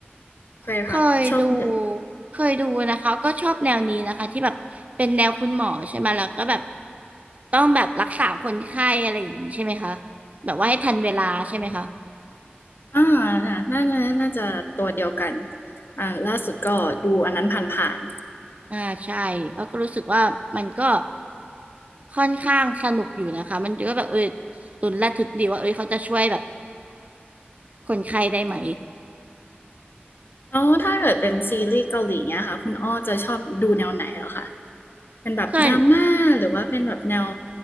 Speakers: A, on the left; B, on the right.
A: เคยผ่านชอบเดิน
B: เคยดูเคยดูนะคะก็ชอบแนวนี้นะคะที่แบบเป็นแนวคุณหมอใช่ไหมแล้วก็แบบต้องแบบรักษาคนไข้อะไรอย่างนี้ใช่ไหมคะแบบว่าให้ทันเวลาใช่ไหมคะ
A: อ่าน่ะน่าน่าน่าจะตัวเดียวกันอ่าล่าสุดก็ดูอันนั้นผ่าน
B: อ่าใช่แล้วก็รู้สึกว่ามันก็ค่อนข้างสนุกอยู่นะคะมันก็แบบเออลุ้นระทึกดีว่าเอยเขาจะช่วยแบบคนไข้ได้ไหม
A: ๆแล้วถ้าเกิดเป็นซีรีส์เกาหลีเนี่ยค่ะคุณอ้อจะชอบดูแนวไหนเหรอคะเป็นแบบดราม่าหรือว่าเป็นแบบแนว
B: ส่วน